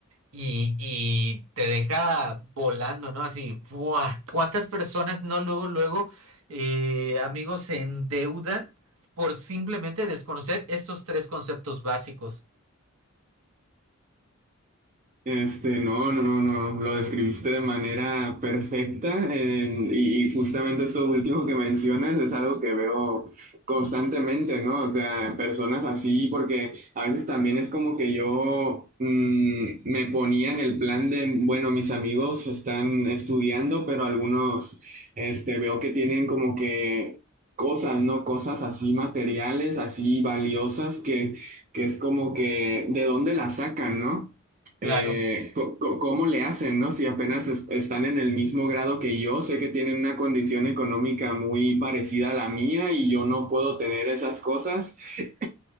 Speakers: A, on the right (about 75°); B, on the right (about 35°).
A: Y, y te deja volando, ¿no? Así, ¡buah! ¿Cuántas personas no luego, luego, eh, amigos, se endeudan por simplemente desconocer estos tres conceptos básicos?
B: Este, no, no, no, no, lo describiste de manera perfecta eh, y justamente esto último que mencionas es algo que veo constantemente, ¿no? O sea, personas así, porque a veces también es como que yo mm, me ponía en el plan de, bueno, mis amigos están estudiando, pero algunos, este, veo que tienen como que cosas, ¿no? Cosas así materiales, así valiosas que, que es como que, ¿de dónde las sacan, ¿no? eh,
A: Claro.
B: co- co- ¿cómo le hacen, no? Si apenas es- están en el mismo grado que yo, sé que tienen una condición económica muy parecida a la mía y yo no puedo tener esas cosas. <clears throat>